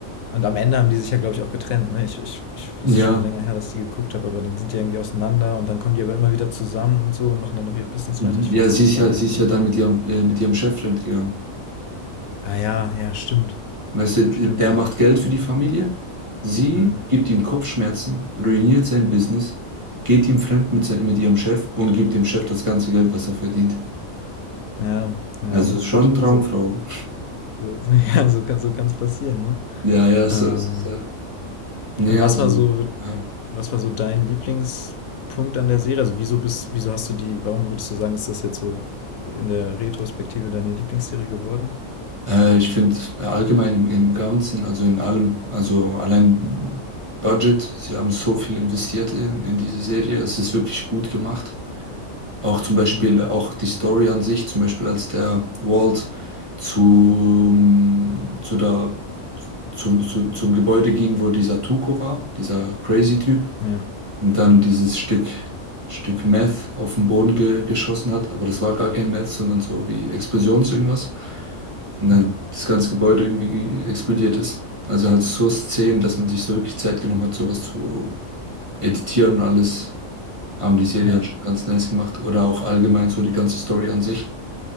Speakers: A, on the left; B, on the right.
A: Und am Ende haben die sich ja, glaube ich, auch getrennt, ne? Ich, ich, ich, ist
B: Ja,
A: schon länger her, dass ich die geguckt habe, aber dann sind die irgendwie auseinander und dann kommen die aber immer wieder zusammen und so und machen dann noch ihr Business
B: mhm.
A: weiter. Ich
B: Ja,
A: fand das
B: sie
A: irgendwann
B: ist ja,
A: nervig.
B: sie ist ja dann mit ihrem, äh, mit ihrem Chef gegangen.
A: Ah ja, ja, stimmt.
B: Weißt du,
A: Stimmt.
B: der macht Geld für die Familie, sie
A: Ja,
B: gibt ihm Kopfschmerzen, ruiniert sein Business, geht ihm fremd mit, sein- mit ihrem Chef und gibt dem Chef das ganze Geld, was er verdient.
A: ja, ja,
B: Also ist schon
A: gut.
B: Traumfrau.
A: So, so, so, <laughs> ja, so kann so kann's passieren, ne?
B: Ja, ja, so
A: Ähm,
B: ist es. Nee,
A: und
B: also,
A: was war so,
B: ja.
A: was war so dein Lieblingspunkt an der Serie? Also wieso bist, wieso hast du die, warum würdest du sagen, ist das jetzt so in der Retrospektive deine Lieblingsserie geworden?
B: Äh, ich finde allgemein im, im Ganzen, also in allem, also allein Budget, sie haben so viel investiert in, in diese Serie, es ist wirklich gut gemacht. Auch zum Beispiel,
A: Hm.
B: äh, auch die Story an sich, zum Beispiel als der Walt zu zu der, zum, zu, zum Gebäude ging, wo dieser Tuco war, dieser crazy Typ,
A: Ja,
B: und dann
A: ja,
B: dieses Stück, Stück Meth auf den Boden ge geschossen hat, aber das war gar kein Meth, sondern so wie Explosions irgendwas. Und
A: ja,
B: dann das ganze Gebäude irgendwie explodiert ist. Also halt so Szenen, dass man sich so wirklich Zeit genommen hat, sowas zu editieren und alles, haben die Serie
A: ja.
B: halt schon ganz nice gemacht. Oder auch allgemein so die ganze Story an sich.